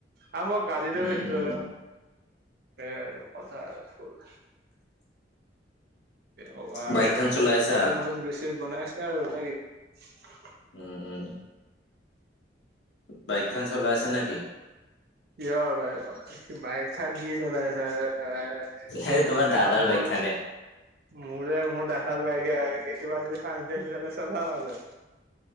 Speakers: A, on the right; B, on the left.
A: অ মই গাড়ী লৈ
B: উম
A: গৈছিলো।
B: উম
A: এ কথা আৰু ফুল ব আৰু
B: বাইকখন
A: এ
B: চলাই আছা
A: নতুন নতুন ব্ৰিজ চিছ বনাই আছে। স নাগে <unintelligible>
B: উম উম বাইকখন চলাই আছা নেকি?
A: কিয়ৰ বাই বাইক খন কি চলাই আছে এ
B: সেই তোমাৰ দাদাৰ
A: মোৰ
B: বাইক খানে
A: মোৰে মোৰ দাদাৰ বাইক <unintelligible> কেতিয়াবা যদি চান্চ দিয়ে চলাওঁ আৰু।